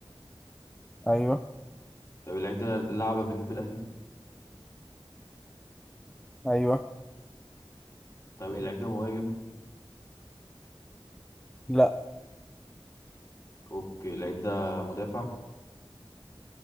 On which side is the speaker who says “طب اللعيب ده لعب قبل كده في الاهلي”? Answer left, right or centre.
Left